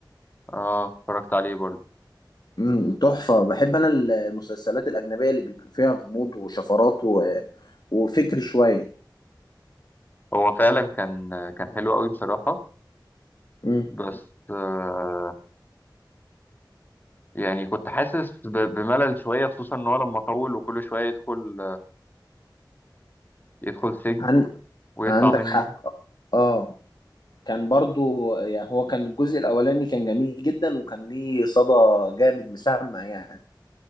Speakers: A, on the left; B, on the left.
A: اه اتفرجت عليه برضه
B: امم تحفه بحب انا المسلسلات الاجنبيه اللي بيبقى فيها غموض وشفرات و... وفكر شويه
A: هو فعلا كان كان حلو قوي بصراحه
B: مم.
A: بس آه يعني كنت حاسس ب- بملل شويه خصوصا ان هو لما طول وكل شويه يدخل يدخل سجن
B: عن...
A: ويطلع
B: عندك
A: منه
B: حق اه كان برضو يعني هو كان الجزء الاولاني كان جميل جدا وكان ليه صدى جامد مسمع يعني